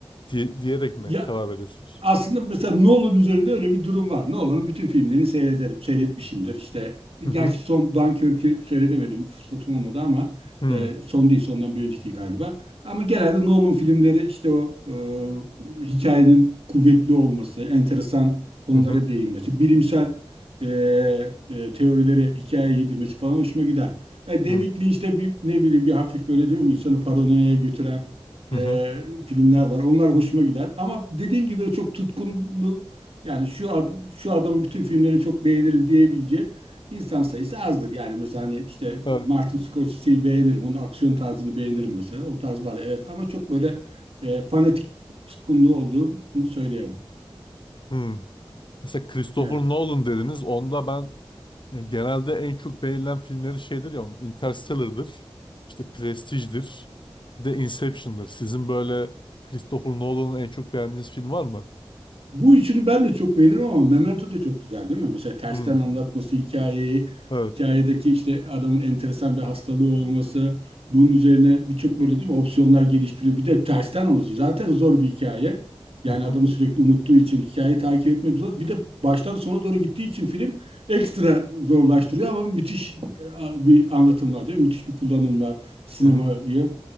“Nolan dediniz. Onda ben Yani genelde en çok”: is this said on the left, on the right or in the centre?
Left